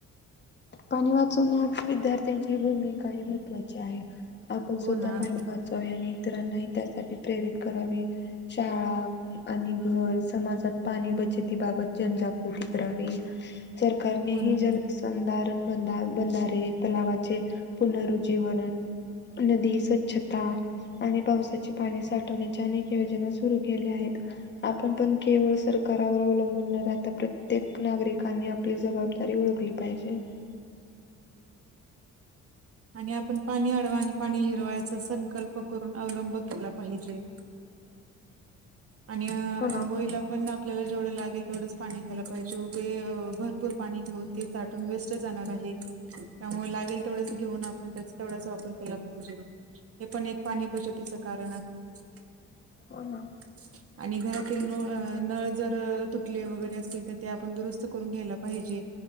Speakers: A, on the left; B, on the right.
A: पाणी वाचवण्या विद्यार्थ्यांची भूमिकाही महत्त्वाची आहे आपण
B: हो
A: स्वतः
B: ना
A: पाणी भरचावे आणि इतरांनाही त्यासाठी प्रेरित करावे शाळा आणि घर समाजात पाणी बचतीबाबत जनजागृती करावी सरकारने
B: हो
A: ही
B: ना
A: जलसंधार बंधारे तलावाचे पुनरुज्जीवरण नदी स्वच्छता आणि पावसाचे पाणी साठवण्याच्या अनेक योजना सुरू केल्या आहेत आपण पण केवळ सरकारवर अवलंबून न राहता प्रत्येक नागरिकानी आपली जबाबदारी ओळखली पाहिजे
B: आणि आपण पाणी अडवा आणि पाणी जिरवा याचा संकल्प करून अवलंब केला पाहिजे आणि अंंगोळीला
A: हो ना.
B: पण आपल्याला जेवढं लागेल तेवढंच पाणी घ्यायला पाहिजे उभे भरपूर पाणी घेऊन ते साठून वेस्ट जाणार आहे त्यामुळे लागेल थोड घेऊन आपण त्याचा तेवढाच वापर केला पाहिजे हे पण एक पाणी बचतीचं कारण आहे <inaudible>
A: हो ना
B: <inaudible> आणि घरात नळ नळ जर तुटले वगैरे असतील तर, ते आपण दुरुस्त करून घ्यायला पाहिजे.